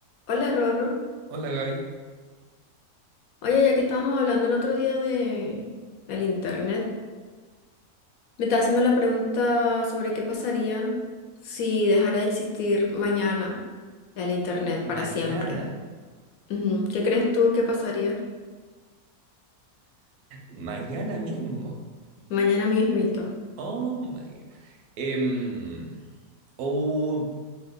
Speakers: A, on the left; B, on the right.
A: Hola, Rorro.
B: Hola Gaby.
A: Oye, ya que estábamos hablando el otro día de el internet, me estaba haciendo la pregunta sobre qué pasaría si dejara de existir mañana el internet para
B: Mañana,
A: siempre. Ujú. ¿Qué crees tú que pasaría
B: mañana mismo.
A: mañana mismito?
B: Oh my God. Em, o,